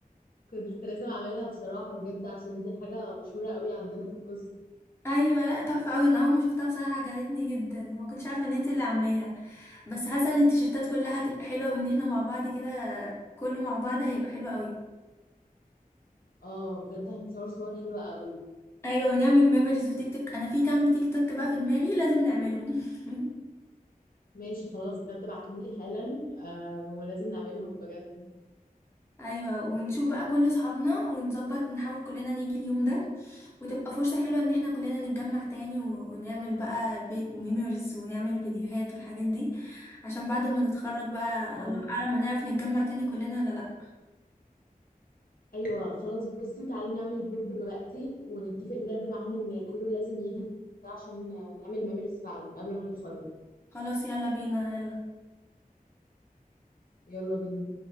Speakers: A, on the left; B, on the left.
A: كنت لازم اعملها بصراحه بجد عشان دي حاجه مشهوره قوي عندنا في القسم
B: ايوه لا تحفه قوي انا اول ما شفتها بصراحه عجبتني جدا ما كنتش عارفه ان انت اللي عاملاها بس حاسه ان التيشيرتات كلها هتبقى حلوه بان احنا مع بعض كده كله مع بعض هيبقى حلو قوي
A: اه بجد هنتصور صور حلوه قوي
B: ايوه ونعمل ميموريز بتيك توك انا في كام تيك توك بقى في دماغي لازم نعملهم <laughs>
A: ماشي خلاص بجد ابعتهم لي حالا آه ولازم نعملهم بجد
B: ايوه ونشوف بقى كل اصحابنا ونظبط نحاول كلنا نيجي اليوم ده وتبقى فرصه حلوه ان احنا كلنا نتجمع تاني و- ونعمل بقى ميموريز ونعمل فيديوهات والحاجات دي عشان بعد ما نتخرج بقى
A: اه
B: الله اعلم هنعرف نتجمع تاني كلنا ولا لا
A: ايوه خلاص بصي تعالي نعمل جروب دلوقتي ونتفق بجد معاهم ان كله لازم يجي عشان نعمل ميموريز فعلا قبل ما نتخرج
B: خلاص يلا بينا يلا
A: يلا بينا